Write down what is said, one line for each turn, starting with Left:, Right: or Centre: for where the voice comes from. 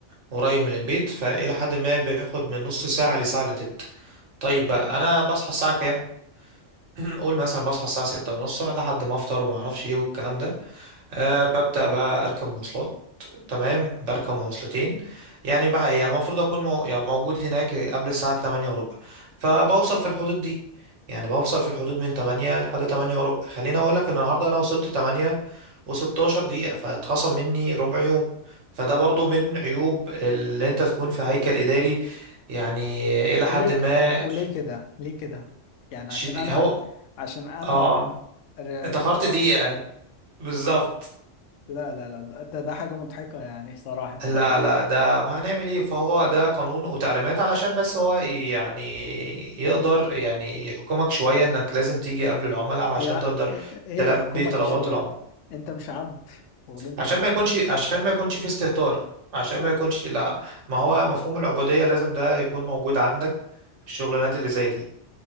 Right: قريب من البيت فالى حد ما بياخد من نص ساعه لساعه الا تلت طيب بقى انا بصحى الساعه كام <clears throat> قول مثلا بصحى الساعه ستة ونص لحد ما افطر وما اعرفش ايه والكلام ده أه ببدأ بقى أركب مواصلات تمام بركب مواصلتين يعني بقى إيه يعني المفروض أكون مو... يعني موجود هناك قبل الساعة 8 وربع فبوصل في الحدود دي يعني بوصل في الحدود من 8 لحد 8 وربع خليني أقول لك إن النهاردة أنا وصلت 8 و16 دقيقة فاتخصم مني ربع يوم فده برضو من عيوب اللي أنت تكون في هيكل إداري يعني إلى
Left: وليه
Right: حد ما
Left: ك- وليه
Right: ش-
Left: كده ليه كده يعني
Right: شديد
Left: عشان انا
Right: هو
Left: عشان انا
Right: آه
Left: ر-
Right: اتأخرت
Left: اتاخرت
Right: دقيقة بالظبط
Left: لا لا لا ده, ده ده حاجه مضحكه يعني صراحه
Right: لا
Left: يعني
Right: لا ده ما هنعمل ايه فهو ده قانون وتعليمات علشان بس هو يعني يقدر يعني يحكمك شوية انك لازم تيجي قبل العملاء عشان
Left: يا
Right: تقدر
Left: ايه إيه
Right: تلبي
Left: حكومك
Right: طلبات
Left: شويه
Right: العملاء
Left: انت مش عبد ولا انت
Right: عشان
Left: عبد
Right: ما يكونش عشان ما يكونش في استهتار عشان
Left: اه
Right: ما يكونش لا ما هو مفهوم العبودية لازم ده يكون موجود عندك في الشغلانات اللي زي دي